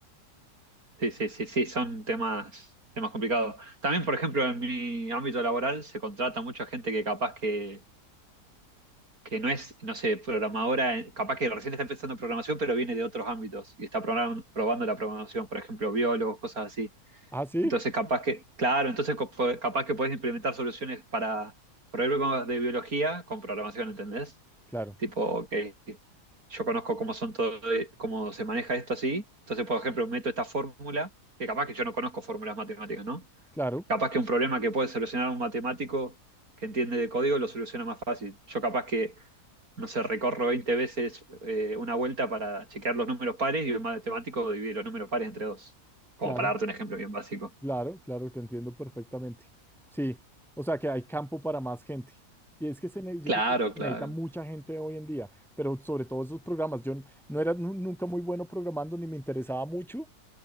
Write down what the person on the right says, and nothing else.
Sí, sí, sí, sí, son temas, temas complicados. También, por ejemplo, en mi ámbito laboral se contrata mucha gente que capaz que, que no es, no sé, programadora, eh, capaz que recién está empezando programación, pero viene de otros ámbitos y está program- probando la programación, por ejemplo, biólogos, cosas así.
Entonces, capaz que, claro, entonces co- po- capaz que podés implementar soluciones para problemas de biología con programación, ¿entendés?
Tipo, ok, yo conozco cómo son todo, eh, cómo se maneja esto así. Entonces, por ejemplo, meto esta fórmula, que capaz que yo no conozco fórmulas matemáticas, ¿no?
Capaz que un problema que puede solucionar un matemático que entiende de código lo soluciona más fácil. Yo capaz que, no sé, recorro 20 veces eh, una vuelta para chequear los números pares y un matemático divide los números pares entre dos. Como
para darte un ejemplo bien básico.
Claro,
claro.